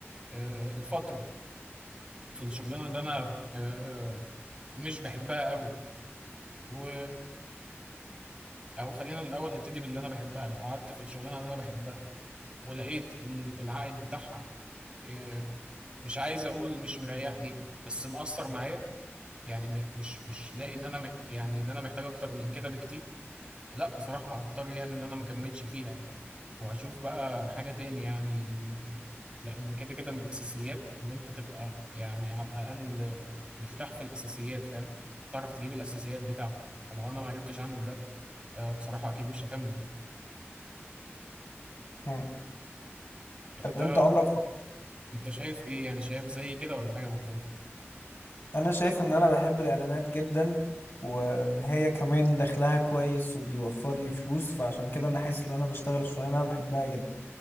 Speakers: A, on the right (about 20°); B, on the left (about 60°).
A: آه الفترة في الشغلانة اللي انا آه مش بحبها قوي و او خلينا الاول نبتدي باللي انا بحبها لو قعدت في الشغلانه اللي انا بحبها ولقيت ال- العائد بتاعها آه، مش عايز اقول مش مريحني بس مأثر معايا يعني م- مش مش لاقي ان انا مح يعني ان انا محتاج اكتر من كده بكتير لا بصراحة هضطر يعني ان انا ما اكملش فيها يعني وهشوف بقى حاجة تاني يعني لان كده كده من الاساسيات ان انت تبقى يعني على الاقل مرتاح في الاساسيات فاهم تعرف تجيب الاساسيات بتاعتك فلو انا ما عرفتش اعمل ده آه، بصراحة اكيد مش هكمل يعني
B: مم.
A: انت
B: طب انت عمرك
A: انت شايف ايه يعني شايف زي كده ولا حاجة مختلفة
B: انا شايف ان انا بحب الاعلانات جدا وان هي كمان دخلها كويس وبيوفر لي فلوس فعشان كده انا حاسس ان انا بشتغل الشغلانه اللي انا بحبها جدا